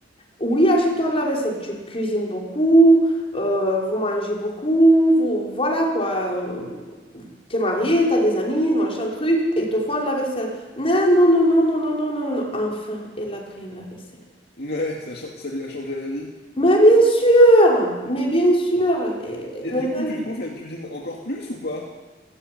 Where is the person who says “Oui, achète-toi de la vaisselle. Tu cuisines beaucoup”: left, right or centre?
Left